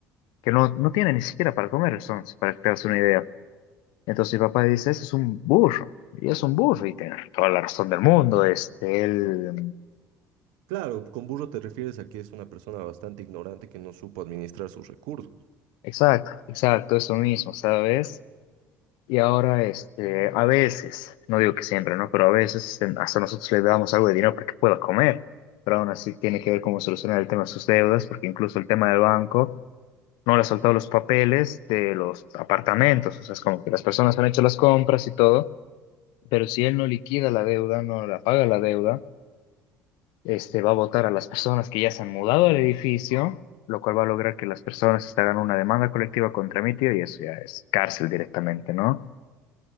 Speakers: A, on the left; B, on the right.
A: que no, no tiene ni siquiera para comer el Sons, para que te hagas una idea. Entonces mi papá dice, ese es un burro, y es un burro, y tiene toda la razón del mundo, este, él,
B: Claro, con burro te refieres a que es una persona bastante ignorante que no supo administrar sus recursos.
A: exacto, exacto, eso mismo, ¿sabes? Y ahora, este, a veces, no digo que siempre, ¿no? Pero a veces en- hasta nosotros le damos algo de dinero para que pueda comer, pero aún así tiene que ver cómo solucionar el tema de sus deudas, porque incluso el tema del banco no le ha soltado los papeles de los apartamentos, o sea, es como que las personas han hecho las compras y todo, pero si él no liquida la deuda, no la paga la deuda, este va a votar a las personas que ya se han mudado al edificio, lo cual va a lograr que las personas se hagan una demanda colectiva contra mi tío y eso ya es cárcel directamente, ¿no?